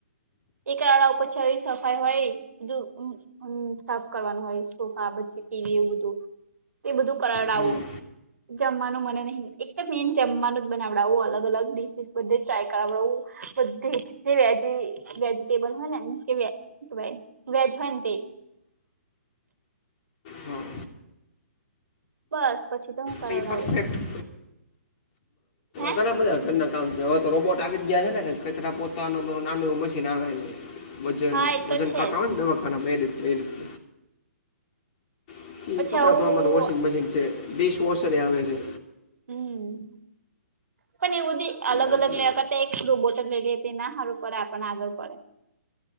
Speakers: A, on the right; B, on the left.
A: એકાળા ઉપર ચઢી સફાઈ હોય બધું સાફ કરવાનું હોય સોફા પછી ટીવી એવું બધું એ બધું કરડાવું.
B: હમ
A: જમવાનું મને નહી એકદમ મેન જમવાનું જ બનાવડાવું અલગ-અલગ ડિ બધ ટ્રાય કરું બધ જે વ્યા છે. વેજિટેબલ હોય ને મ કે ભ વેજ હોય ને તે
B: હમ
A: બસ પછી તો કરાવડાવું
B: પેપર સેટ <unintelligible>
A: હે
B: ઘણા બધા ઘર હવે તો રોબોટ આવી જ ગયા છે, ને કચરા પોતાનું નાનું મશીન આવે છે. વજન
A: હા એ તો
B: વજન
A: છે
B: કાટો
A: જ
B: હોવા દવાખાના એ રીતે <unintelligible>
A: પછી
B: કપડાં
A: આવું
B: ધોવામાં વોશિંગ મશીન છે, ડિશ વોશર એ આવે છે.
A: હમ્મ. પણ એવું અલગ-અલગ
B: પછી
A: લેવા કરતા એક રોબોટ લે એના સારું પડે આપણ આગળ પડે.